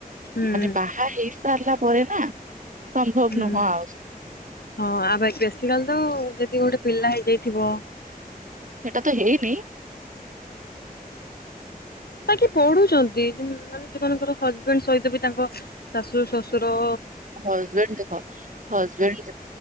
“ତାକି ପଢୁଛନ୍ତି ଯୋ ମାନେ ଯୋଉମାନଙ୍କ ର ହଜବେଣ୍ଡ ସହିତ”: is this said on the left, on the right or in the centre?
Left